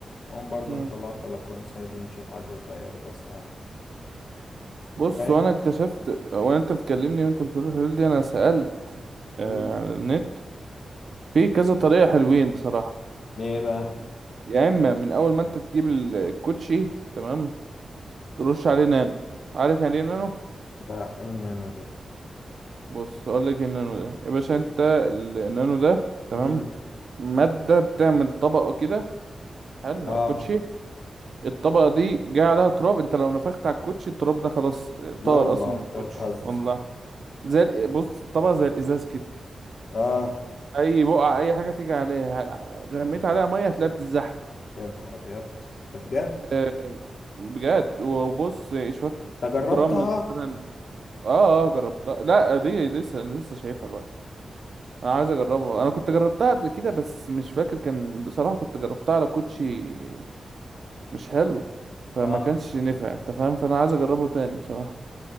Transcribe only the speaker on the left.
اقوم برضو
مطلعه البلكونة سايبه ينشف عشر دقايق ربع ساعة
فاهم
مم.
ايه بقى
لا اي نانو دي
امم
اه
لا
والله
انت
بتهزر
اه
يا نهار ابيض ده بجد
ده جربتها
اه